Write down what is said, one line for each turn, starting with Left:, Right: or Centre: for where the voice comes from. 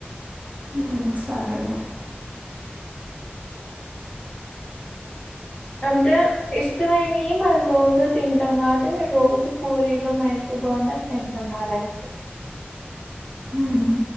Right: మ్మ్ సరే లే
Left: అంటే ఇష్టమైనయి మనం రోజు తింటాం కాబట్టి మీరు రోజు పూరీలు మైసూరూ బొండాలు తింటాం మరి అయితే
Right: మ్మ్